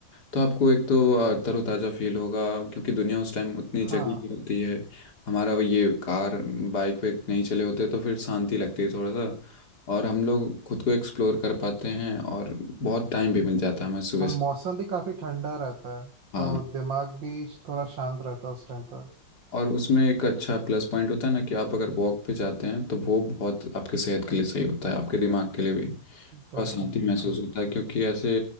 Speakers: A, on the left (about 55°); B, on the right (about 75°).
A: तो आपको एक तो अ, तरोताज़ा फील होगा क्योंकि दुनिया उस टाइम उतनी
B: हाँ
A: जगी नहीं होती है हमारा वो ये कार बाइक वेक नहीं चले होते तो फिर शांति लगती है थोड़ा सा और हम लोग खुद को एक्सप्लोर कर पाते हैं और बहुत टाइम भी मिल जाता है हमें सुबह
B: और
A: से
B: मौसम भी काफी ठंडा रहता है
A: हाँ
B: तो दिमाग भी थोड़ा शांत रहता है उस टाइम पर
A: और उसमें एक अच्छा प्लस पॉइंट होता है ना कि आप अगर वॉक पे जाते हैं तो वो बहुत आपके सेहत के लिए सही होता है आपके दिमाग के लिए भी थोड़ा
B: बिल्कुल
A: शांति
B: बिल्कुल
A: महसूस होता है क्योंकि ऐसे